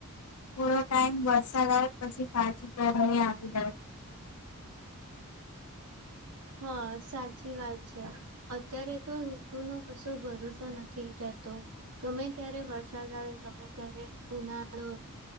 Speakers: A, on the left; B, on the right.
A: થોડો ટાઈમ વરસાદ આવે પછી પાછું <unintelligible> આવી જાય.
B: હા સાચી વાત છે અત્યારે તો ઋતુનો કશો ભરોસો નથી રહેતો ગમે ત્યારે વરસાદ આવે ગમે ત્યારે ઉનાળો